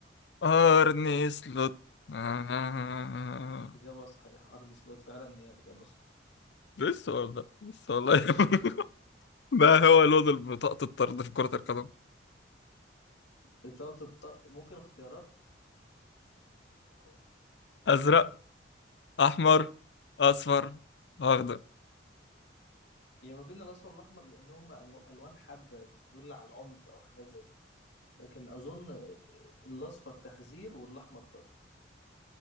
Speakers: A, on the left (about 65°); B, on the left (about 80°).
A: أرني سلوت آه...
B: إجابة صحيحة أرن سلوت فعلا هي الإجابة الصحيحة
A: لسه والله لسه والله <laughs> ما هو لون بطاقة الطرد في كرة القدم؟
B: بتقعد تط- ممكن اختيارات
A: أزرق أحمر أصفر أخضر
B: هي ما بين الأصفر والأحمر لأن هما أنو- ألوان حادة تدل على العنف أو حاجات زي كده لكن أظن آه، آه، الأصفر تحذير والأحمر طرد